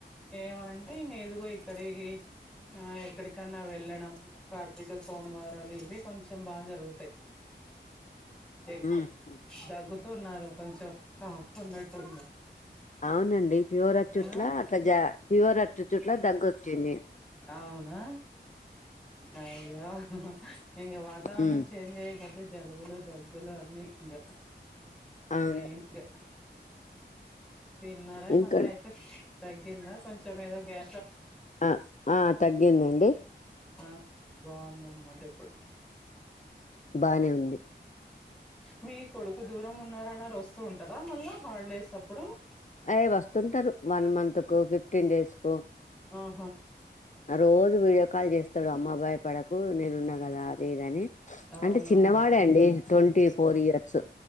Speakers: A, in the centre; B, on the left.
A: ఏమ అంటే ఇంకా ఇదిగో ఇక్కడికి ఆ ఎక్కడికన్నా వెళ్ళడం కార్తీక సోమవారం లు ఇవి కొంచెం బాగా జరుగుతాయి ఎక్కువ
B: ఉమ్ ఉమ్.
A: దగు తున్నారు కొంచెం కాఫ్ ఉన్నట్టుంది
B: అవునండి ఫీవరచుట్ల
A: ఆ
B: అట్లా జా ఫివర్ అట్ చుట్ల తగ్గొచ్చింది.
A: అవునా అయ్య ఇంక వాతావరణం
B: ఉమ్
A: చేంజ్ అయ్యోకొద్ది జలుబులు దగ్గులు అన్ని ఇంకా
B: అవును
A: మెయిన్ గా తన్నారా
B: ఇంకా
A: మళ్ళ అయితే తగ్గిందా కొంచెం ఏదో గ్యా
B: ఆ ఆ తగ్గిందండి
A: ఆ బాగుందనమాట ఇప్పుడు
B: బానే ఉంది
A: మీ కొడుకు దూరం ఉన్నార అన్నారు వస్తూ ఉంటారా మళ్ళా హాలిడేస్ అప్పుడు
B: అదే వస్తుంటారు వన్ మంత్ కొ ఫిఫ్టీన్ డేస్ కొ
A: ఆహా
B: రోజు వీడియో కాల్ చేస్తాడు అమ్మా భయ పడకు నేను ఉన్నా కదా అది ఇది అని
A: అవునవునులే
B: అంటే చిన్నవాడే అండి ట్వంటీ ఫోర్ ఇయర్స్